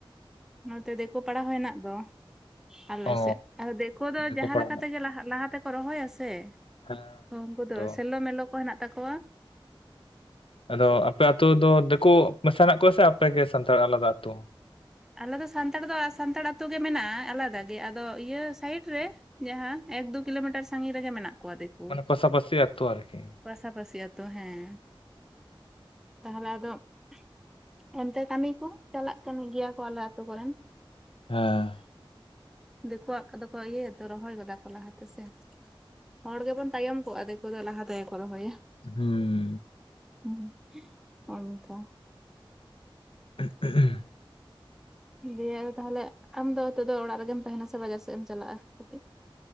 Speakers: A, in the centre; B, on the left.
A: ᱱᱚᱛᱮ ᱫᱤᱠᱳ ᱯᱟᱲᱟ ᱦᱚᱸ ᱦᱮᱱᱟᱜ ᱫᱚ ᱾ ᱟᱞᱮ
B: ᱚ
A: ᱥᱮᱫ, ᱟᱫᱚ ᱫᱮᱠᱳ ᱫᱚ
B: ᱫᱤᱠᱩ
A: ᱡᱟᱦᱟᱸ
B: ᱯᱟᱲᱟ
A: ᱞᱮᱠᱟ
B: ᱦᱮᱱᱟᱜ
A: ᱛᱮᱜᱮ ᱞᱟᱦᱟ ᱛᱮᱠᱚ ᱨᱚᱦᱚᱭᱟ ᱥᱮ ᱾
B: ᱦᱮᱸ
A: ᱩᱱᱠᱩ
B: ᱟᱫᱚ
A: ᱫᱚ ᱥᱮᱞᱚ ᱢᱮᱞᱚ ᱠᱚ ᱦᱮᱱᱟᱜ ᱛᱟᱠᱚᱣᱟ ᱾
B: ᱟᱫᱚ ᱟᱯᱮ ᱟᱛᱳ ᱨᱮ ᱫᱚ ᱫᱮᱠᱳ ᱢᱮᱥᱟ ᱦᱮᱱᱟᱜ ᱠᱚᱣᱟ ᱥᱮ ᱟᱯᱮ ᱜᱮ ᱥᱟᱱᱛᱟᱲ ᱟᱞᱟᱫᱟ ᱟᱛᱳ?
A: ᱟᱞᱮ ᱫᱚ ᱥᱟᱱᱛᱟᱲ ᱫᱚ ᱥᱟᱱᱛᱟᱲ ᱟᱹᱛᱩ ᱜᱮ ᱢᱮᱱᱟᱜᱼᱟ ᱟᱞᱟᱫᱟ ᱜᱮ ᱾ ᱟᱫᱚ ᱤᱭᱟᱹ ᱥᱟᱭᱤᱰ ᱨᱮ ᱡᱟᱦᱟᱸ ᱮᱠ ᱫᱩ ᱠᱤᱞᱳᱢᱤᱴᱟᱨ ᱥᱟᱺᱜᱤᱧ ᱨᱮᱜᱮ ᱢᱮᱱᱟᱜ ᱠᱚᱣᱟ ᱫᱮᱠᱳ
B: ᱢᱟᱱᱮ ᱯᱟᱥᱟᱯᱟᱥᱤ ᱟᱹᱛᱩ
A: ᱾
B: ᱟᱨᱠᱤ
A: ᱯᱟᱥᱟ ᱯᱟᱥᱤ ᱟᱛᱳ, ᱦᱮᱸ ᱾ ᱛᱟᱦᱚᱞᱮ ᱟᱫᱚ <inaudible> ᱚᱱᱛᱮ ᱠᱟᱹᱢᱤ ᱠᱚᱦᱚᱸ ᱪᱟᱞᱟᱜ ᱠᱟᱱ ᱜᱤᱭᱟ ᱠᱚ ᱟᱞᱮ ᱟᱹᱛᱩ ᱠᱚᱨᱮᱱ ᱾
B: ᱦᱮᱸ ᱾
A: ᱫᱮᱠᱳᱣᱟᱜ ᱠᱚᱫᱚ ᱠᱚ ᱤᱭᱟᱹᱭᱟᱛᱚ ᱨᱚᱦᱚᱭ ᱜᱚᱫᱟ ᱠᱚ ᱞᱟᱦᱟ ᱛᱮ ᱥᱮ ᱾ ᱦᱚᱲ ᱜᱮᱵᱚᱱ ᱛᱟᱭᱚᱢ ᱠᱚᱜᱼᱟ ᱫᱮᱠᱳ ᱫᱚ ᱞᱟᱦᱟ ᱛᱮᱜᱮ ᱠᱚ ᱨᱚᱦᱚᱭᱟ ᱾
B: ᱦᱩᱸ ᱾
A: ᱦᱩᱸ, ᱦᱚᱸᱜ-ᱚ ᱱᱚᱝᱠᱟ ᱾
B: <inaudible>
A: ᱫᱤᱭᱮ ᱟᱫᱚ ᱛᱟᱦᱚᱞᱮ ᱟᱢ ᱫᱚ ᱱᱤᱛᱚᱜ ᱫᱚ ᱚᱲᱟᱜ ᱨᱮᱜᱮᱢ ᱛᱟᱦᱮᱱᱟ ᱥᱮ ᱵᱟᱡᱟᱨ ᱥᱮᱫ ᱮᱢ ᱪᱟᱞᱟᱜᱼᱟ ᱠᱟᱹᱴᱤᱡ?